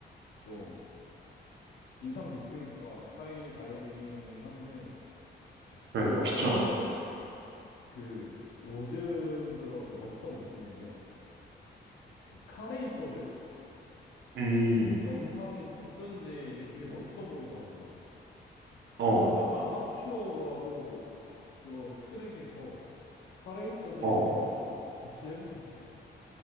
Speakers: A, on the left; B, on the right.
A: 좀 인상 깊으니까 스카이 다이빙이긴 한데
B: 그래,
A: 또
B: 멋있잖아.
A: 나는 그 요즘 들어 좀 멋있다고 느끼는 게 그 카레이서들
B: 음,
A: 영상이 자꾸 뜨는데 이게 되게 멋있어 보이더라고.
B: 어,
A: 뭔가 나 아마추어로라도 그런 트랙에서 카레이서들이
B: 어.
A: 하는 걸 좀 같이 해보고 싶어.